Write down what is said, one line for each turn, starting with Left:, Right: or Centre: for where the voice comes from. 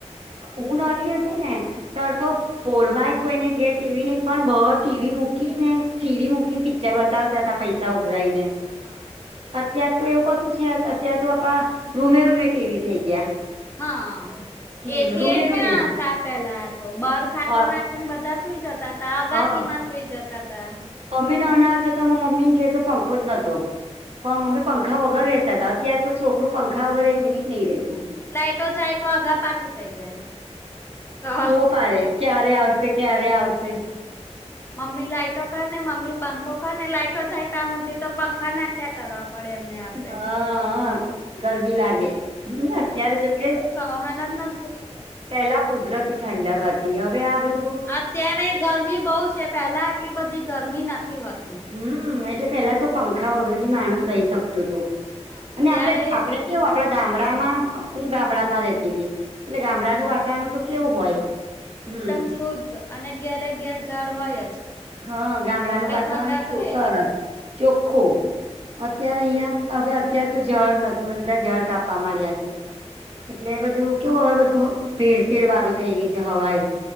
Right: હું નાની હતી ને ત્યાર તો પોળમાંય કોઈને ઘેર ટીવી ની પણ બો ટીવી મૂકી ને સીડી મૂકીને પિ ચર બતાવતા હતા પૈસા ઉઘરાઈ ને
Left: હા.
Right: અત્યાર તો એવું કશું છે, અત્યાર તો પપ્પા રૂમે રૂમે ટીવી થઈ ગયા
Left: હા
Right: હમ
Left: એસી
Right: રૂમે
Left: એ ક્યાં
Right: રૂમે
Left: હતા પેલા તો બાર ખાટલો
Right: અ
Left: નાખ બધા સુઈ જતા તા અગાસીમાં
Right: હા
Left: સુઈ જતા તા
Right: અમે નાના હતા તો અમે મમ્મી ને કે તો પંખો જ નતો પણ અમેં પં પંખા વગર રહેતા હતા અત્યારે તો છોકરું પંખા વગર એક મિનિટ ની રહેતું
Left: લાઈટો જાય તો આગા પાછી થઈ જાય તો
Right: બૂમો પાડે ક્યારે આવશે, ક્યારે આવશે
Left: મમ્મી લાઈટો કરને મમ્મી પંખો કરને લાઈટો જાયતા હુધી તો પંખા નાખ્યા કરવા પડે એમને આપડે
Right: હા ગરમી લાગે અત્યારે જો કે
Left: કહાના જ ના કરતા
Right: પેહલા કુદરતી ઠંડક હતી હવે આ બધ
Left: આ અત્યારે ગરમી બોવ છે, પેલા આટલી બધી ગરમી નથી હોતી
Right: હમ એટલે પેલા તો પંખા વગર બી માણસ રહી શકતું હતું
Left: હા
Right: અને
Left: ત્યારે
Right: આપડે આપડે એવું આપડા ગામડામાં હું ગામડામાં રેતી હતી એટલે ગામડાનું વાતાવરણ તો કેવું હોય હમ
Left: એકદમ શુદ્ધ અને ઘેરે ઘેર ઝાડ હોય જ
Right: હ ગામડાનું
Left: એટલે
Right: વાતાવરણ
Left: ઠંડા
Right: કેવું
Left: કરે
Right: સરસ
Left: હા
Right: ચોખ્ખું
Left: એકદમ
Right: અત્યારે અહિયાં
Left: ચોખ્ખું
Right: હવે અત્યારે તો ઝડ નથી બધા ઝાડ કાપવા માંડ્યા છે,
Left: હા હા
Right: એટલે બધું કેવું હવે બધું ભીડ શીડ વારું થઈ ગઈ છે, હવાઈ